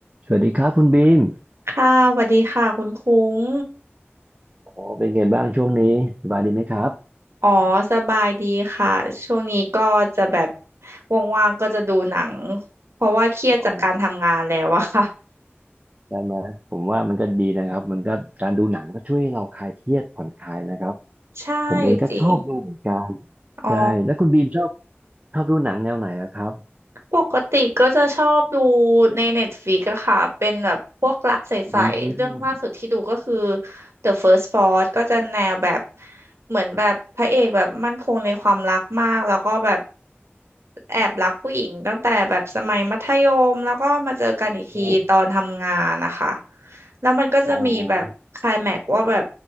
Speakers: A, on the right; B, on the right.
A: สวัสดีครับคุณบีม
B: ค่ะสวัสดีค่ะคุณคุ้ง
A: โอ้เป็นไงบ้างช่วงนี้สบายดีไหมครับ
B: อ๋อ สบายดีค่ะ ช่วงนี้ก็จะแบบว่างๆก็จะดูหนัง เพราะว่าเครียดจากการทำงานแล้วอะค่ะ
A: อ๋อได้ไหมผมว่ามันก็ดีนะครับมันก็การดูหนังก็ช่วยให้เราคลายเครียดผ่อนคลายนะครับ
B: ใช่
A: ผมเองก็ชอบดูเหมือนกัน
B: จริง อ๋อ
A: ใช่แล้วคุณบีมชอบชอบดูหนังแนวไหนอะครับ
B: ปกติก็จะชอบดูในเน็ตฟ i ิกอะค่ะเป็นแบบพวกรักใสๆเรื่องล่าสุดที่ดูก็คือ
A: อืม
B: The First Frost ก็จะแนวแบบเหมือนแบบพระเอกแบบมั่นคงในความรักมากแล้วก็แบบแอบรักผู้หญิงตั้งแต่แบบสมัยมัธยมแล้วก็มาเจอกันอีกทีตอนทำงานนะคะ
A: โอ้
B: แล้วมันก็จะมีแบบไคลแม็กซ์ว่าแบบ
A: โอ้